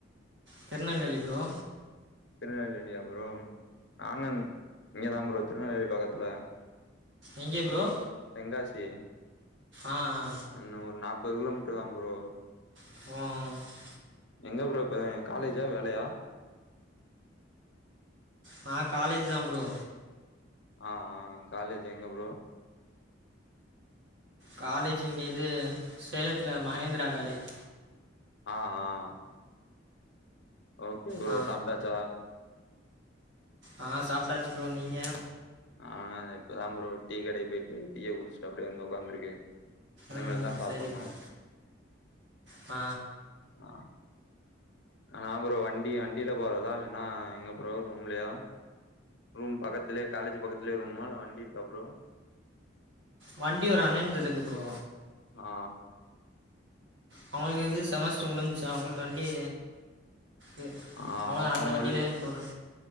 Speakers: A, on the right (about 70°); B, on the left (about 65°).
A: திருநல்வேலி ப்ரோ
B: திருநல்வேலியா ப்ரோ நானு இங்க தா ப்ரோ திருநல்வேலி பக்கத்துல
A: எங்கே ப்ரோ
B: தெங்காசி
A: அ அ
B: என்ன ஒரு நாப்பது கிலோ மீட்டர் தாம் ப்ரோ
A: <unintelligible>
B: எங்க ப்ரோ இப்ப காலேஜ்ஜா வேலையா
A: நா காலேஜ் தா ப்ரோ
B: ஆ ஆ காலேஜ் எங்க ப்ரோ
A: காலேஜ் இங்க இது சேலத்தில மகேந்திரா காலேஜ்
B: ஆ ஆ ஓகே ப்ரோ
A: ஆ
B: சாப்ட்டாச்சா
A: ஆ சாப்ட்டாச்சி ப்ரோ நீங்க
B: நானு இத இப்ப தா ப்ரோ டீ கடைக்கு போயிட்டு டீய குடிஸ்ட்டு அப்டியே வந்து உக்காந்துருக்கே இன்னிமேல்
A: ம்
B: தா சாப்புட்ணு
A: சரி ப்ரோ ஆ
B: ஆ ஆ ஃப்ரோ வண்டி வண்டில போறதா இல்லைன்னா எங்க ப்ரோ ரூம்லையா ரூம் பக்கத்திலே காலேஜ் பக்கத்திலே ரூம்மா இல்ல வண்டி இருக்கா ஃப்ரோ
A: வண்டி ஒரு அண்ணன்ட்டே இருக்கு ப்ரோ
B: ஆ ஆ
A: அவுங்களுக்கு இது செமஸ்டர் முடிஞ்ச்சா அவுங்கள்ட்ட வண்டி இர்க்கு
B: ஆ
A: அவுங்கள்து அந்த
B: அவங்க
A: வண்டிலேம் போறே